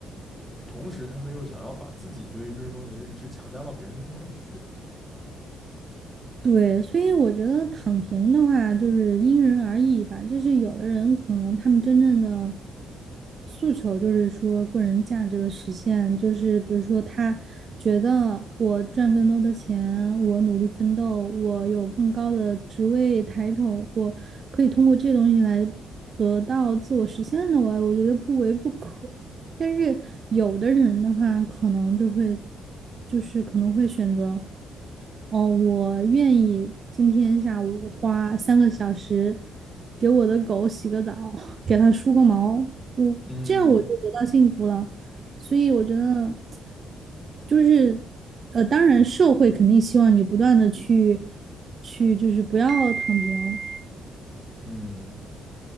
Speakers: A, in the centre; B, on the right.
A: 同时他们又想要把自己对于这些东西的认知强加到别人的身上去啊
B: 对，所以我觉得躺平的话，就是因人而异吧。就是有的人可能他们真正的诉求就是说个人价值的实现，就是比如说他觉得我赚更多的钱，我努力奋斗，我有更高的职位抬头，我可以通过这些东西来得到自我实现的我，我觉得不为不可。但是有的人的话，可能就会，就是可能会选择，哦，我愿意今天下午花三个小时给我的狗洗个澡，给它梳个毛，我这样我就得到幸福了。
A: 嗯
B: 所以我觉得，就是呃，当然社会肯定希望你不断的去去，就是不要躺平
A: 嗯，